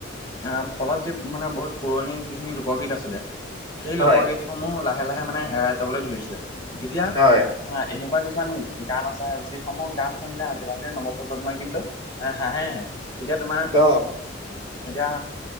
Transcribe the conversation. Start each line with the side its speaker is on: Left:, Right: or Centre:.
Left: আহ ফলত যি মানে বহুত পুৰণি যিখিনি লোকগীত আছিলে সেই
Right: হয়,
Left: লোকগীত সমূহ লাহে-লাহে মানে হেৰাই যাবলৈ ধৰিছে এতিয়া
Right: হয়,
Left: হা এনেকুৱা কিছুমান গান আছে যিসমূহ গান শুনিলে আজিকালি নৱপ্ৰজন্মই কিন্তু হাঁহেহে এতিয়া তোমাৰ
Right: অ,
Left: এতিয়া